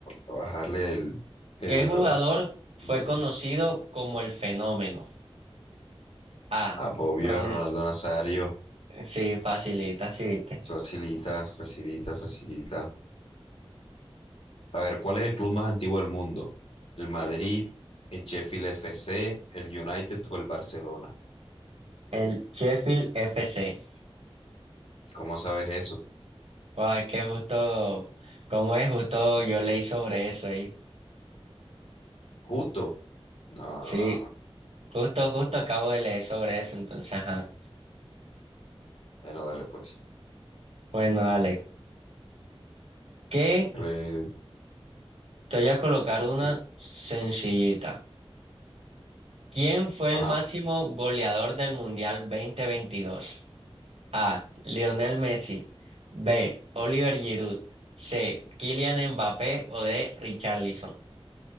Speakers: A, on the left (about 75°); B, on the right (about 80°).
A: bajarle el, el-
B: ¿Qué jugador
A: los
B: fue
A: nervios.
B: conocido como el fenómeno? A.
A: Apobio,
B: Ron,
A: Ronaldo Nazario.
B: sí, facilita, sí, viste.
A: Facilita, facilita, facilita. A ver, ¿cuál es el club más antiguo del mundo? ¿El Madrid, el Sheffield F C el United o el Barcelona?
B: El Sheffield FC.
A: ¿Cómo sabes eso?
B: Guau, es que justo, ¿cómo es? Justo yo leí sobre eso ahí.
A: Justo. No.
B: Sí, justo, justo acabo de leer sobre eso, entonces, ajá.
A: Bueno, dale pues.
B: Bueno, dale. ¿Qué?
A: Re-
B: Te voy a colocar una
A: que-
B: sencillita. ¿Quién fue
A: Ajá,
B: el máximo goleador del Mundial 2022? A. Lionel Messi. B. Oliver Giroud. C. Kylian Mbappé o D. Richarlison.